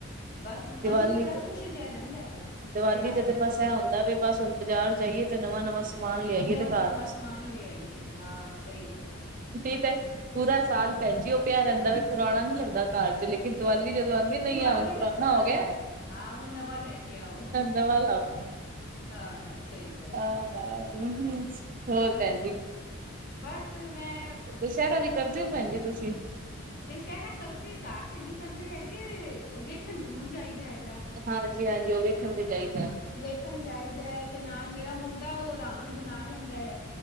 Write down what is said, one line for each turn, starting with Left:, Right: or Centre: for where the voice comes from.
Left: ਬਸ
Right: ਦੀਵਾਲੀ
Left: ਮਨ ਵੀ ਬੜਾ
Right: ਤੇ
Left: ਖ਼ੁਸ਼ ਜੇਆ ਰੈਂਦਾ ਹੈਗਾ।
Right: ਦੀਵਾਲੀ
Left: ਤਿਉਹਾਰਾਂ
Right: ਤੇ ਤੇ
Left: ਦੇ
Right: ਬਸ
Left: ਮੌਸਮ
Right: ਐਹ ਹੁੰਦਾ
Left: ਵਿੱਚ
Right: ਵੇ ਬਸ ਹੁਣ ਬਾਜ਼ਾਰ ਜਾਈਏ ਤੇ ਨਵਾਂ-ਨਵਾਂ ਸਮਾਨ ਲਿਆਈਏ
Left: ਨਵਾਂ
Right: ਤੇ ਕਾਰ
Left: ਨਵਾਂ ਸਮਾਨ ਲੈ ਆਈਏ ਹਾਂ ਸਈ ਗੱਲ
Right: ਠੀਕ ਐ ਪੂਰਾ ਸਾਲ ਪੈਣ ਜੀ ਓ ਪਿਆ ਰੈਦਾ ਵੇ ਪੁਰਾਣਾ ਨੀ ਲੱਗਦਾ ਕਾਰ। ਲੇਕਿਨ ਦੀਵਾਲੀ ਜਦੋਂ ਆਂਦੀ ਏ ਨਈ
Left: ਦੀਵਾਲੀ
Right: ਐ ਹੁਣ ਪੁਰਾਣਾ
Left: ਤਾਂ
Right: ਹੋ ਗਿਆ,
Left: ਲੱਗਦਾ ਹਾਂ ਹੁਣ ਨਵਾਂ ਲੈ ਕੇ ਆਓ
Right: ਨਵਾ ਲਾਓ।
Left: ਹਾਂ ਸਹੀ ਗੱਲ
Right: ਆਹ,
Left: ਏ
Right: ‌ਹੂੰ-ਹੂੰ ਹੋਰ
Left: ਬਸ
Right: ਪੈਨ ਜੀ।
Left: ਬਸ ਮੈਂ
Right: ਦੁਸੈਰਾ ਵੀ ਕਰਦੇ ਓ ਪੈਨ ਜੀ ਤੁਸੀਂ।
Left: ਦਸ਼ੈਰਾ ਕਰਦੇ ਕਾਰ ਤੇ ਨੀ ਕਰਦੇ ਹੈਗੇ, ਵੇਖਣ ਜ਼ਰੂਰ ਜਾਈਦਾ ਹੈਗਾ।
Right: ਹਾਂਜੀ-ਹਾਂਜੀ, ਓ ਵੇਖਣ ਤੇ ਜਾਈਦਾ।
Left: ਵੇਖਣ ਜਾਈਦਾ ਐ ਤੇ ਨਾਲ ਮੇਰਾ ਮੁੰਡਾ ਓ ਰਾਵਣ ਬਣਾ ਵੇਂਦਾ ਏ।